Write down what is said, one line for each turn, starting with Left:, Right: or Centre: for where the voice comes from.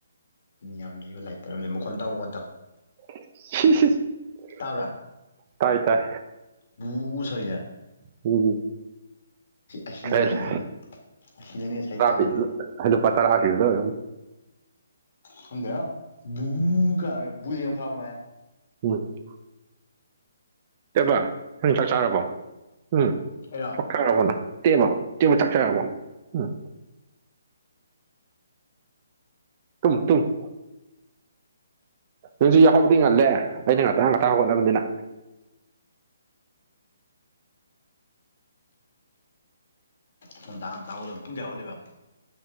Left: ꯌꯥꯝ ꯂꯩꯕ ꯂꯥꯏꯔꯤ ꯇꯔꯝ ꯂꯩ ꯃꯈꯣꯟ ꯇꯥꯎꯕꯒ ꯇ
Right: <inaudible>
Left: ꯇꯥꯕꯔꯥ
Right: ꯇꯥꯏ ꯇꯥꯏ
Left: ꯕꯨ ꯁꯣꯏꯗ
Right: ꯎꯝ
Left: ꯑꯁꯤꯅꯅꯦ
Right: <unintelligible> ꯇꯔ
Left: ꯉꯁꯥꯏ ꯑꯁꯤꯅꯅꯦ ꯉꯁꯥꯏ ꯇꯧꯔꯤꯁꯦ
Right: ꯑꯗꯨꯜꯣ ꯄ ꯇꯔ ꯍꯥꯞꯄꯤꯌꯗꯣꯔ
Left: ꯈꯪꯗꯦ <unintelligible>
Right: <unintelligible> ꯆꯕ ꯅꯪ ꯆꯥꯛ ꯆꯥꯔꯕꯣ ꯎꯝ
Left: ꯑꯩꯔꯣ
Right: ꯆꯥꯛ ꯆꯥꯔꯕꯣꯅ ꯇꯦꯕꯣ ꯇꯦꯝꯕ ꯆꯥꯛꯆꯔꯕꯣ ꯎꯝ ꯇꯨꯝꯃꯨ ꯇꯨꯝꯃꯨ ꯅꯪꯁꯨ ꯌꯥꯍꯧꯗꯤ ꯉꯜꯂꯦ ꯑꯩꯅ ꯉꯥꯛꯇꯥ ꯉꯥꯛꯇꯥ ꯍꯣꯠꯅꯕꯅꯤꯅ
Left: ꯉꯟꯇꯥ ꯉꯟꯇꯥ ꯍꯧꯒꯠꯂꯃꯤ ꯄꯨꯡ ꯀꯌꯥ ꯍꯧꯒꯠꯂꯤꯕ